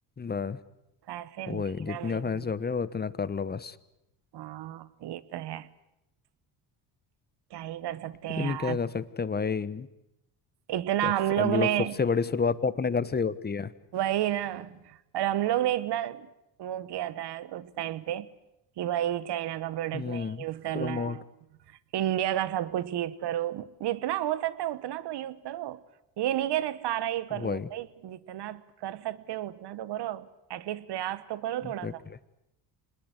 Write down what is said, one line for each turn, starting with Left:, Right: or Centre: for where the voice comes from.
Left: बस
Right: पैसे
Left: वही
Right: देना
Left: जितनी
Right: नहीं
Left: आसानी
Right: जानते
Left: से हो गया उतना कर लो बस
Right: हाँ ये तो है क्या ही कर सकते हैं
Left: लेकिन
Right: यार
Left: क्या कर सकते हैं भाई
Right: इतना
Left: सब
Right: हम
Left: सब-
Right: लोग
Left: मतलब
Right: ने
Left: सबसे
Right: हम्म।
Left: बड़ी शुरुआत तो अपने घर से ही होती है
Right: वही ना और हम लोग ने इतना वो किया था उस टाइम पे कि भाई चाइना का प्रोडक्ट
Left: हम्म
Right: नहीं यूज करना
Left: प्रमोट
Right: है इंडिया का सब कुछ यूज करो जितना हो सकता है उतना तो यूज करो ये नहीं कह रहे सारा ही कर
Left: वही
Right: लो भाई जितना कर सकते हो उतना तो करो एटलीस्ट प्रयास तो करो थोड़ा
Left: एग्जैक्टली
Right: सा